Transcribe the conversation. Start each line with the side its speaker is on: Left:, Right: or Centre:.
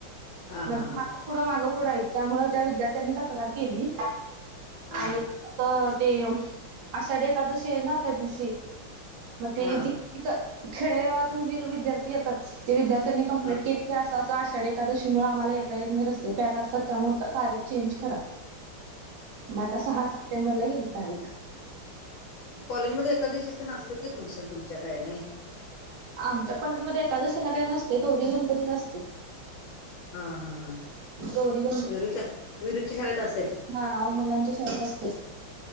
Left: हा
Right: म्हणजे
Left: हा हा
Right: माग पुुडं मागं पुुडं आहेत त्यामु त्या विद्यार्थ्यांनी तक्रार केली
Left: हा
Right: आणि आता ते आषाढी एखादशी आहे ना त्या दिवशी मग ते
Left: हा
Right: त खेडेगावातून जे विद्यार्थी येतात ते विद्यार्थ्यांनी कमप्लीट
Left: हा
Right: केली अस असं आठ साडे एकादशी मु आम्हाला येता येत नाही रस्ते पॅक असतात त्यामुळे तारीख चेंज करा मग आता सहा सप्टेंबरला येत जावे
Left: कॉलेजमध्ये एखकादवशी तर नासतील की फंक्शन तुमच्या काय नाही
Right: आमच्या कॉलेजमध्येध्ये एकादशी याला काही नसते गौरी गणपतीत असते
Left: हा हा हा
Right: गौरी
Left: विरुच्या विरुच्या शाळेत असेल
Right: ह मुलांच्या शाळेत असते